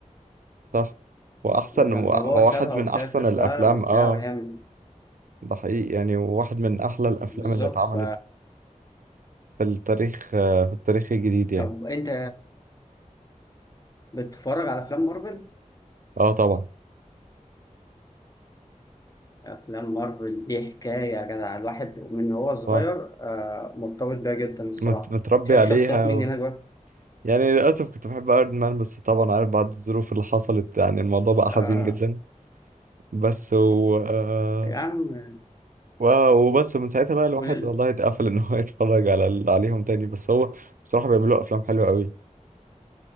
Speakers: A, on the right; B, on the left.
A: صح وأحسن
B: لما
A: و- وواحد
B: ابوه سابها وسافر
A: من أحسن الأفلام
B: بقى وبتاع
A: آه
B: وهي من-
A: ده حقيقي يعني واحد من أحلى الأفلام
B: بالظبط
A: اللي اتعملت
B: ف
A: في التاريخ آه، في التاريخ الجديد يعني
B: طب انت بتتفرج على افلام مارفل
A: آه طبعا
B: افلام مارفل دي حكايه يا جدع الواحد من هو صغير
A: صح
B: آه، مرتبط بيها جدا الصراحه
A: مت- متربي
B: بتحب
A: عليها
B: شخصيات مين هناك بقى
A: يعني للأسف كنت بحب ايرون مان بس طبعا عارف بعد الظروف اللي حصلت يعني الموضوع بقى
B: آه
A: حزين جدا بس و... آه،
B: يا عم
A: و... وبس من ساعتها بقى الواحد
B: ولل
A: والله اتقفل ان هو <laughs> يتفرج على ال- عليهم تاني بس هو بصراحة بيعملوا افلام حلوة قوي